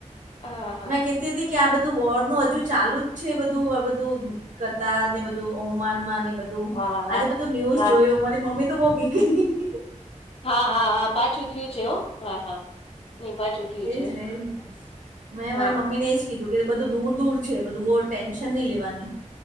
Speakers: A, on the left; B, on the right.
A: હા હા
B: મે કે. થી કે આ બધું વોડ નું હજુ ચાલુ જ છે બધું આ બધું. કત ને બધું ઓમાન માં ને બધું.
A: હા
B: આજે
A: હા
B: બધું ન્યુઝ
A: હા
B: જોયું મારી મમ્મી તો બહ ભીગઈ.
A: હા હા હા પાછું થયું છે હ હા હા. નહી પાછું થયું
B: એજ
A: છે
B: નહી
A: હા
B: એજ ન મેં
A: હા
B: મારી મમ્મી ને એજ કીધું કે બધું દૂર દૂર છે બધું બહુ ટેન્ન નહી લેવાની